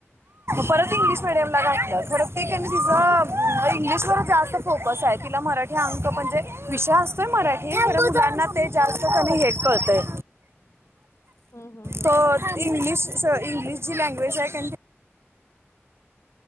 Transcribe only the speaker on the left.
हम्म
हम्म
हम्म हम्म हम्म